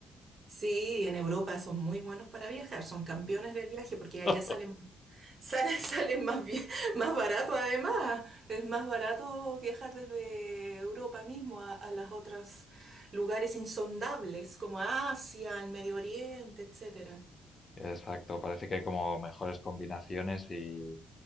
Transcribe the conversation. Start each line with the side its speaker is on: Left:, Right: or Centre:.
Right: Sí, en Europa son muy buenos para viajar, son campeones del viaje porque
Left: <laughs>
Right: allá salen, salen, <laughs> salen más, bien- más barato además. Es más barato viajar desde Europa mismo a, a las otras lugares insondables como Asia, el Medio Oriente, etcétera.
Left: Exacto. Parece que hay como mejores combinaciones y,